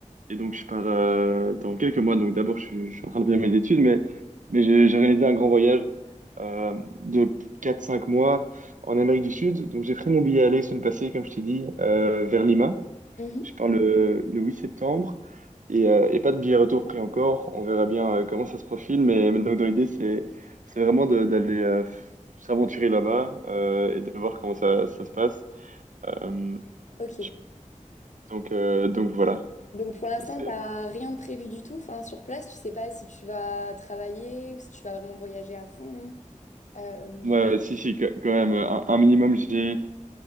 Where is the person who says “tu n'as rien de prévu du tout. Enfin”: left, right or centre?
Left